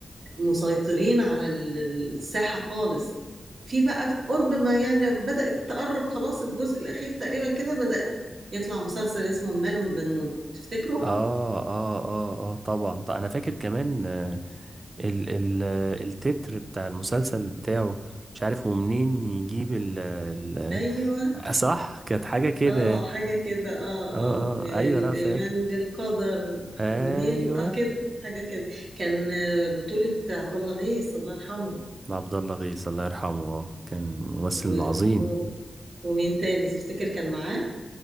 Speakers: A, on the right; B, on the right.
A: مسيطرين على ال- الساحة خالص في بقى في قرب ما يعني بدأت تقرب خلاص الجزء الأخير تقريبا كده بدأت يطلع مسلسل اسمه المال والبنون تفتكروا؟
B: اه اه اه اه طبعا طب انا فاكر كمان آه، ال ال آه، التتر بتاع المسلسل بتاعه مش عارف هو منين يجيب ال ال
A: أيوه
B: آه، صح كانت حاجة كده
A: اه
B: يعني
A: حاجة كده اه
B: اه
A: اه من
B: اه ايوه
A: الإيمان
B: لا فاكر
A: بالقدر
B: ايوه
A: منين اه كده حاجة كده كان آه، بطولة عبد الله غيث الله يرحمه
B: عبد الله غيث الله يرحمه آه، كان ممثل
A: و...
B: عظيم
A: و... ومين تاني تفتكر كان معاه